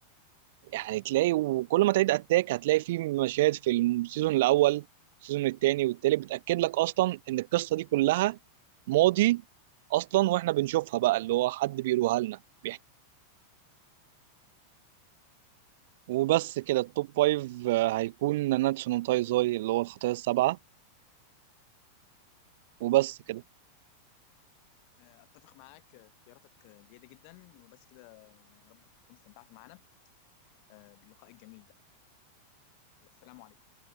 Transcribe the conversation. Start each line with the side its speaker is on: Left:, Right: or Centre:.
Right: يعني تلاقي وكل ما تعيد اتاك هتلاقي فيه مشاهد في السيزون الاول السيزون الثاني والتالت بتاكد لك اصلا ان القصه دي كلها ماضي اصلا واحنا بنشوفها بقى اللي هو حد بيروها لنا بيحكي وبس كده التوب فايف آه، هيكون ناناتسو نو تايزاي اللي هو الخطايا السبعه وبس كده
Left: آه، اتفق معاك آه، اختياراتك آه، جيده جدا وبس كده آه، يا رب تكون استمتعت معانا آه، باللقاء الجميل ده السلام عليكم